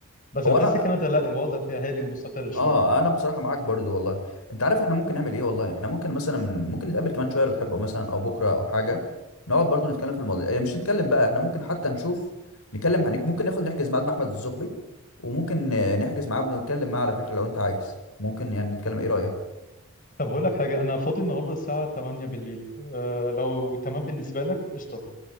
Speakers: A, on the left (about 40°); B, on the left (about 85°).
A: بس
B: هو
A: بحس
B: انا
A: كندا لا الوضع فيها هادي ومستقر شويه
B: اه انا بصراحه معاك برضو والله انت عارف احنا ممكن نعمل ايه والله احنا ممكن مثلا ممكن نتقابل كمان شويه لو تحب او مثلا او بكره او حاجه نقعد برضو نتكلم في الموضوع إيه، مش نتكلم بقى احنا ممكن حتى نشوف نتكلم عن ممكن ناخد نحجز ميعاد مع احمد الزغبي وممكن آه، نحجز معاه ونتكلم معاه على فكره لو انت عايز ممكن يعني نتكلم ايه رايك
A: طب هقول لك حاجه انا فاضي النهارده الساعه 8 بالليل أه لو تمام بالنسبه لك قشطه